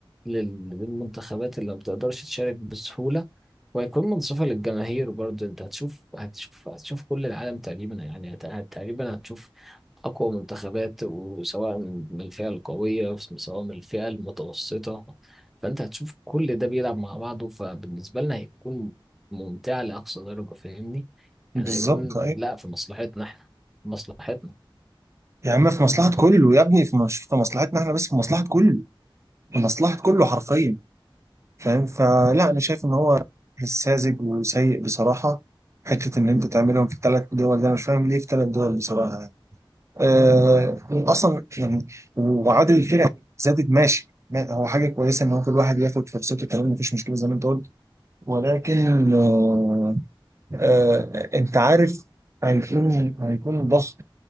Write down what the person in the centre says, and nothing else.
لل- للمنتخبات اللي ما بتقدرش تشارك بسهوله وهيكون منصفة للجماهير برضه انت هتشوف هتشوف هتشوف كل العالم تقريبا يعني هت- هت- تقريبا هتشوف أقوى منتخبات وسواء من الفئة القوية سواء من الفئة المتوسطة فأنت هتشوف كل ده بيلعب مع بعضه فبالنسبة لنا هيكون ممتع لأقصى درجة فاهمني
يعني هيكون لا في مصلحتنا احنا في مصلحتنا